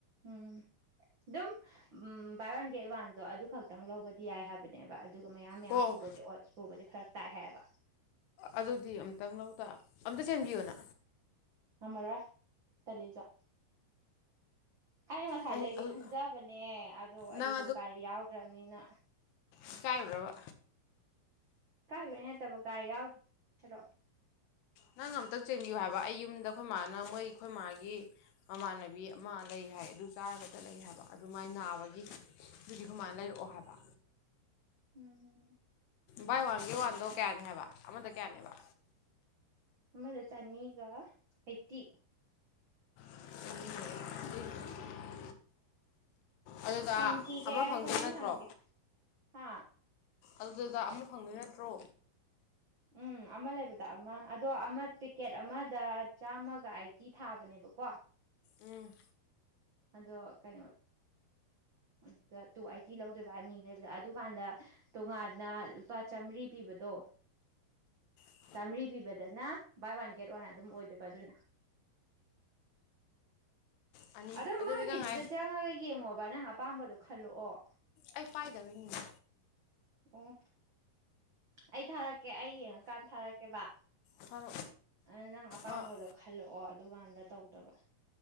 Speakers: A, on the right; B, on the left.
A: ꯎꯝ ꯑꯗꯨꯝ ꯕꯥꯏ ꯋꯥꯟ ꯒꯦꯠ ꯋꯥꯟꯗꯣ ꯑꯗꯨ ꯈꯛꯇꯡ ꯂꯧꯕꯗꯤ ꯌꯥꯏ ꯍꯥꯏꯕꯅꯦꯕ ꯑꯗꯨꯒ ꯃꯌꯥꯝ ꯃꯌꯥꯝ
B: ꯑꯣ
A: ꯄꯨꯕꯗꯤ ꯑꯣꯠꯁ ꯄꯨꯕꯗꯤ ꯐꯔꯛ ꯇꯥꯏ ꯍꯥꯏꯌꯦꯕ꯫
B: ꯑꯗꯨꯗꯤ ꯑꯝꯇꯪ ꯂꯧ ꯇ ꯑꯝꯇ ꯆꯦꯟꯕꯤꯌꯨꯅꯥ꯫
A: ꯉꯝꯃꯔꯣꯏ ꯇꯜꯂꯤꯆꯣ꯫ ꯑꯩꯅ ꯉꯁꯥꯏ
B: ꯅꯪ
A: ꯂꯩꯒꯦ
B: ꯑꯗꯨ
A: ꯈꯟꯖꯕꯅꯦ ꯑꯗꯣ ꯑꯩꯗꯣ
B: ꯅꯪ
A: ꯒꯥꯔꯤ ꯌꯥꯎꯗ꯭ꯔꯝꯅꯤꯅ
B: ꯢꯀꯥꯏꯕ꯭ꯔꯕ꯫
A: ꯏꯀꯥꯏꯕꯩ ꯅꯠꯇꯕ ꯒꯥꯔꯤ ꯌꯥꯎ ꯍꯥꯔꯛꯑꯣ꯫
B: ꯅꯪ ꯑꯝꯇ ꯆꯦꯟꯕꯤꯌꯨ ꯍꯥꯏꯕ ꯑꯩ ꯌꯨꯝꯗ ꯑꯩꯈꯣꯏ ꯃꯥꯥꯅ ꯃꯣꯏ ꯑꯩꯈꯣꯏ ꯃꯥꯒꯤ ꯃꯃꯥꯟꯅꯕꯤ ꯑꯃ ꯂꯩ ꯍꯥꯏ ꯑꯗꯨ ꯆꯥꯔꯒꯗ ꯂꯩ ꯍꯥꯏꯕ ꯑꯗꯨꯃꯥꯏ ꯅꯥꯕꯒꯤ ꯑꯗꯨꯒꯤ ꯑꯩꯈꯣꯏ ꯃꯥꯅ ꯂꯩꯔꯛꯑꯣ ꯍꯥꯏꯕ꯫
A: ꯎꯝꯝ꯫
B: ꯕꯥꯏ ꯋꯥꯟ ꯒꯦꯠ ꯋꯥꯟꯗꯣ ꯀꯌꯥꯅꯤ ꯍꯥꯏꯕ꯫ ꯑꯃꯗ ꯀꯌꯥꯅꯦꯕ꯫
A: ꯑꯃꯗ ꯆꯅꯤꯒ ꯑꯥꯏꯠꯇꯤ꯫
B: <unintelligible> ꯑꯗꯨꯗ
A: ꯍꯪꯈꯤꯒꯦ
B: ꯑꯃ
A: ꯑꯩ
B: ꯐꯪꯗꯣꯏ
A: ꯍꯣꯔꯦꯟ
B: ꯅꯠꯇ꯭ꯔꯣ
A: ꯍꯪꯒꯦ ꯍꯥ꯫
B: ꯑꯗꯨꯗ ꯑꯃ ꯐꯪꯗꯣꯏ ꯅꯠꯇ꯭ꯔꯣ꯫
A: ꯎꯝ ꯑꯃ ꯂꯩꯕꯗ ꯑꯃ ꯑꯗꯣ ꯑꯃ ꯄꯦꯛꯀꯦꯠ ꯑꯃꯗ ꯆꯥꯝꯃꯒ ꯑꯥꯏꯠꯇꯤ ꯊꯥꯕꯅꯦꯕꯀꯣ꯫
B: ꯎꯝ꯫
A: ꯑꯗꯣ ꯀꯩꯅꯣ ꯑꯗꯨꯗ ꯇꯨ ꯑꯥꯢꯠꯇꯤ ꯂꯧꯗꯣꯏꯕ ꯑꯅꯤ ꯂꯩꯕꯗ ꯑꯗꯨꯀꯥꯟꯗ ꯇꯣꯉꯥꯟꯅ ꯂꯨꯄꯥ ꯆꯥꯝꯃꯔꯤ ꯄꯤꯕꯗꯣ
B: ꯎꯝ꯫
A: ꯆꯥꯝꯃꯔꯤ ꯄꯤꯕꯗꯅ ꯕꯥꯏ ꯋꯥꯟ ꯒꯦꯠ ꯋꯥꯟ ꯑꯗꯨꯝ ꯑꯣꯏꯗꯣꯏꯕ ꯑꯗꯨꯅ꯫
B: ꯑꯅꯤ
A: ꯑꯗꯨꯝ
B: ꯑꯗꯨꯗꯤ
A: ꯃꯥꯒꯤꯗꯨꯗ
B: ꯅꯪ ꯍꯥꯏ
A: ꯆꯪꯉꯒ ꯌꯦꯡꯉꯣꯕ ꯅꯪ ꯑꯄꯥꯝꯕꯗꯣ ꯈꯜꯂꯛꯑꯣ꯫
B: ꯑꯩ ꯄꯥꯏꯗꯕꯩꯅꯤꯅꯦ
A: ꯑꯣ꯫ ꯑꯩ ꯊꯥꯔꯛꯀꯦ ꯑꯩ ꯌꯦꯡꯉꯀꯥꯟꯗ ꯊꯥꯔꯛꯀꯦꯕ
B: ꯊꯥꯔꯛꯑꯣ
A: ꯑꯗꯨ ꯅꯪ ꯑꯄꯥꯝꯕꯗꯣ
B: ꯑꯥ
A: ꯈꯜꯂꯛꯑꯣ ꯑꯗꯨꯀꯥꯟꯗ ꯇꯧꯗꯧꯕ꯫